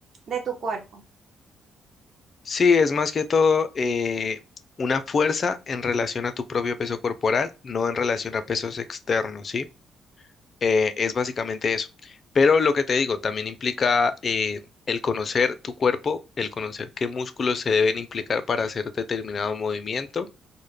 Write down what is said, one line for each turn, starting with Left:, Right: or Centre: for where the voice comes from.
Right: de tu cuerpo.
Left: Sí, es más que todo eh, una fuerza en relación a tu propio peso corporal, no en relación a pesos externos, ¿sí? Eh, es básicamente eso. Pero lo que te digo, también implica eh, el conocer tu cuerpo, el conocer qué músculos se deben implicar para hacer determinado movimiento